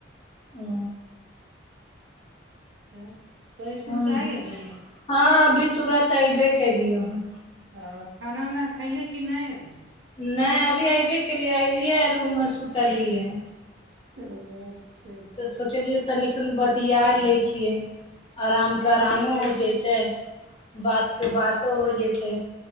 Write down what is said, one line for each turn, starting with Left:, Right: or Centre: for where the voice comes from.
Left: ओ
Right: त तो इसकुल
Left: हम
Right: से आ गेल
Left: हँ अभी तुरत अऐबे कलियौ हम
Right: अ खाना उना खैले कि नय अभी
Left: नहि अभी अऐबे केलियै ऐलियै रूम मे सुतलियै
Right: ओ अच्छा
Left: तऽ सोचलियै तनिसन बतिया लै छियै आराम
Right: हँ
Left: के आरामो
Right: भायजी
Left: हो जैतै बात के बातो हो जतै